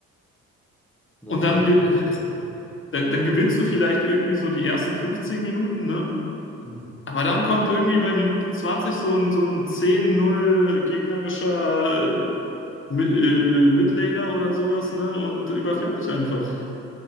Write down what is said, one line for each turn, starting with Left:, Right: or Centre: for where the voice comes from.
Centre: sonst
Left: Und
Centre: scaled
Left: dann, ge-
Centre: man einfach, oder?
Left: dann, dann gewinnst du vielleicht irgendwie so die ersten 15 Minuten, ne?
Centre: Hm.
Left: Aber dann kommt irgendwie bei Minute 20 so ein, so ein zehn null gegnerischer äh, Mi- äh, Midlaner oder sowas, ne? Und überfährt dich einfach.